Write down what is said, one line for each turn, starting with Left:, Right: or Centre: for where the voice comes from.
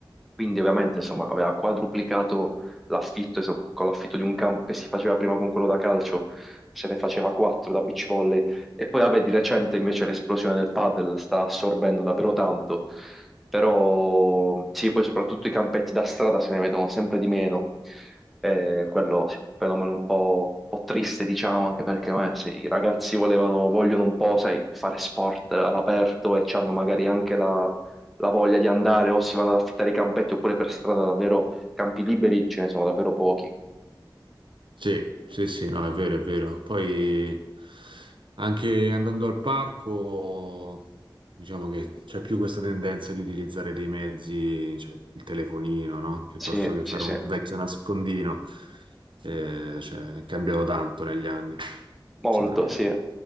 Centre: Quindi ovviamente insomma aveva quadruplicato l'affitto, so- con l'affitto di un campo che si faceva prima con quello da calcio, se ne faceva 4 da beach volley. E poi vabbè, di recente invece l'esplosione del padel sta assorbendo davvero tanto. Però sì, poi soprattutto i campetti da strada se ne vedono sempre di meno. Eh, quello sì, è un fenomeno un po', un po' triste, diciamo, anche perché eh, se i ragazzi volevano, vogliono un po', sai, fare sport all'aperto e hanno magari anche la, la voglia di andare o si vanno ad affittare i campetti oppure per strada davvero campi liberi ce ne sono davvero pochi.
Right: Sì, sì, sì, no, è vero, è vero. Poi anche andando al parco, diciamo che c'è più questa tendenza di utilizzare dei mezzi, cioè il telefonino, no? Piuttosto
Centre: Sì,
Right: che
Centre: sì,
Right: fare
Centre: sì.
Right: un vecchio nascondino. Eh, cioè, è cambiato tanto negli anni,
Centre: Molto,
Right: sicuramente.
Centre: sì.